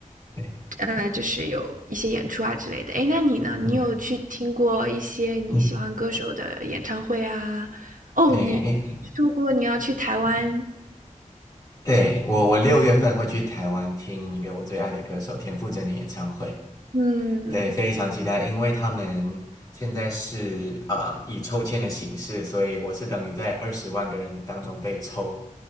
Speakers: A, on the left (about 30°); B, on the right (about 80°).
A: 对，
B: 呃就是有一些演出啊之类的。诶，那你呢？你有去听过一些你喜欢歌手的演唱会啊？
A: 嗯嗯，
B: 哦，
A: 对，
B: 你说过你要去台湾，
A: 诶对我我六月份会去台湾听一个我最爱的歌手田馥甄的演唱会，
B: 嗯，
A: 对，非常期待，因为他们现在是啊、呃以抽签的形式，所以我是等于在二十万个人当中被抽